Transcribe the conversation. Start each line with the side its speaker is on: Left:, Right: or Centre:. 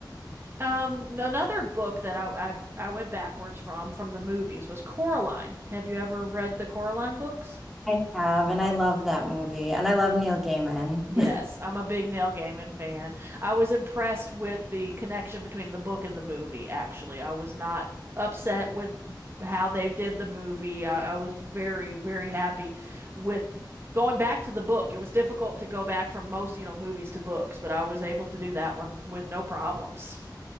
Right: Um, another book that I i I went backwards from from the movies was Coraline. Have you ever read the Coraline books?
Centre: I have, and I love that movie, and I love Neil Gaiman.
Right: Yes,
Centre: <laughs>
Right: I'm a big Neil Gaiman fan. I was impressed with the connection between the book and the movie, actually. I was not upset with how they did the movie. I, I was very, very happy with going back to the book. It was difficult to go back from most, you know, movies to books, but I was able to do that one with no problems.